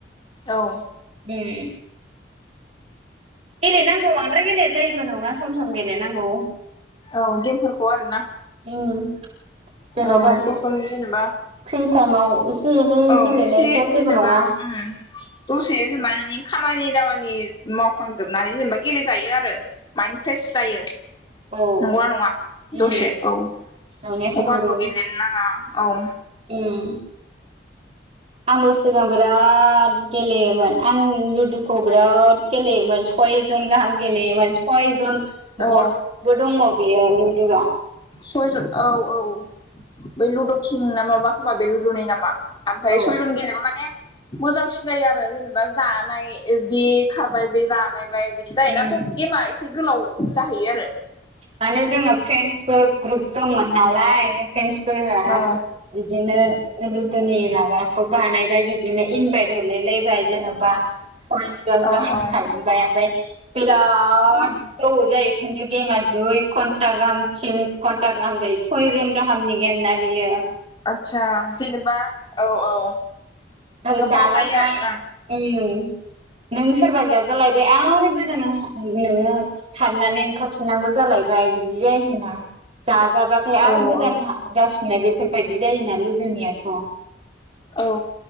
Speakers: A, on the left (about 25°); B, on the right (about 35°).
A: औ
B: उम गेलेनांगौ बांद्राय गेलेद्रायिबो नङा सम सम गेलेनांगौ।
A: औ गेमफोरखौ आरोना
B: उम जेन'बा
A: औ <unintelligible> जेनेबा
B: फ्रि टाइमाव एसे एनै
A: औ
B: गेलेनायफ्रा
A: एसे
B: जेबो
A: जेनेबा
B: नङा
A: उम दसे जेनबा नोंनि खामानि दामा नि मावखांजोबनानै जेनेबा गेलेजायो आरो माइन्द फ्रेस जायो।
B: औ
A: नंगौना नङा दसे
B: उम
A: औ
B: एवनाया थानांगौ
A: अभारल' गेलेनो नाङा औ
B: उम आंबो सिगां बिराद गेलेयोमोन आं लुदुखौ बिराद गेलेयो मोन सयजन गाहाम गेलेयोमोन सयजन
A: औ
B: बटबो दङ बेयो लुदुआ
A: सयजन औ औ बै लुद'किं नामाबा खोमा बे लुद'नि नामा ओमफ्राय
B: औ
A: सयजन गेलेबा माने मोजांसिन जायो आरो जेनेबा जानाय बे खारबाय बे जालायबाय बिदि
B: उम
A: जायोना थ' गेमा एसे गोलाव जाहैयो आरो
B: माने जोङो फ्रेन्डसफोर ग्रुप दंमोन नालाय ओरैनो फ्रेन्डसफोरहा
A: औ
B: बिदिनो लुद'नि माबाखौ बानायबाय बिदिनो इनबायद हरराय लाबाय जेनबा सयजन
A: औ
B: गाहाम
A: औ
B: खालामबाय ओमफ्राय बिराद गोबाव जायो खिथु गेमा दुइ घन्टा गाहाम तिन घन्टा गाहाम जायो सयजन गाहामनि गेम ना बेयो
A: आदसा जेनेबा औ औ
B: ओरै
A: गोबाव
B: जालायबाय
A: जायो आरो ना
B: उम नों सोरबा जाजालायबाय आरो गोदान नोङो हाबनानै ओंखार फिननांगौ जालायबाय बिदि जायो होना जाजाबाथाय आरो
A: औ
B: गोदान
A: औ
B: जाफिननाय बेफोर बायदि जायोना लुदुनियाथ'
A: औ